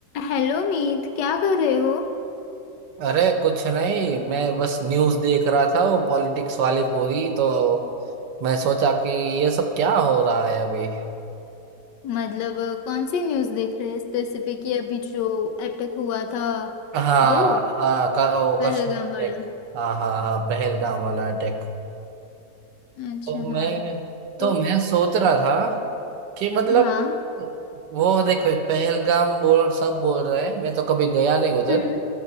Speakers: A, on the left; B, on the right.
A: Hello Meet क्या कर रहे हो
B: अरे कुछ नहीं मैं बस न्यूज़ देख रहा था वो पॉलिटिक्स वाली पूरी तो मैं सोचा कि ये सब क्या हो रहा है अभी
A: मतलब अ, कौन सी न्यूज़ देख रहे हैं स्पेसिफिक ये अभी जो अटैक हुआ था
B: हाँ
A: वो
B: हाँ क- ओ,
A: पहलगाम
B: कश्मीर अटैक
A: वाला
B: हाँ हाँ हाँ पहलगाम वाला अटैक
A: अच्छा
B: तो मैं
A: हाँ
B: तो
A: तो
B: मैं सोच रहा था कि मतलब
A: हाँ
B: वो देखो पहलगाम बोल सब बोल रहे हैं मैं तो कभी गया नहीं उधर
A: हम्म